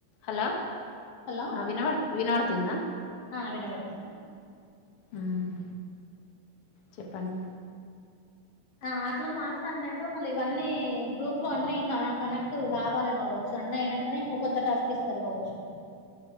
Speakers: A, on the left (about 85°); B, on the left (about 50°).
A: Hello
B: hello
A: వినా వర్ వినబడుతుందా
B: ఆ వినబడుతుంది
A: ఉమ్ చెప్పండి
B: ఆ అట్లా మాట్లాడినాక మళ్ళీ ఇవన్నీ గ్రూప్ లో అన్ని కనెక్ట్ కావాల కావచ్చు అన్న అయినాక అనే ఇంకో కొత్త టాస్క్ ఇస్తారు కావచ్చు